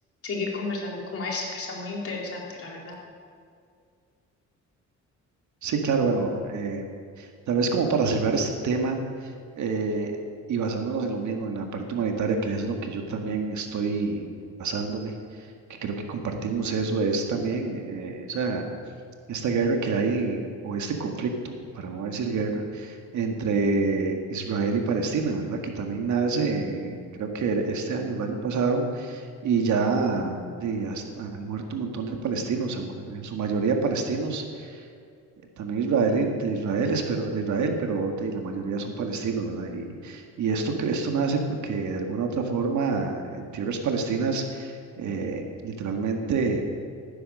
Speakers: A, on the left (about 50°); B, on the right (about 70°).
A: seguir conversando como esto, que está muy interesante, la verdad.
B: Sí, claro, bueno, eh, Tal vez como para cerrar este tema eh, y basándonos en lo mismo, en la parte humanitaria, que es en lo que yo también estoy basándome, que creo que compartimos eso, es también eh, o sea, esta guerra que hay, o este conflicto, para no decir guerra, entre Israel y Palestina, ¿verdad? Que también nace, eh, creo que el- este año, el año pasado, y ya de, has- han muerto un montón de palestinos, en su mayoría palestinos también israelí, de Israel, pero, de Israel, pero de, la mayoría son palestinos, ¿verdad? Y, y esto, que- esto nace porque de alguna u otra forma en tierras palestinas eh, literalmente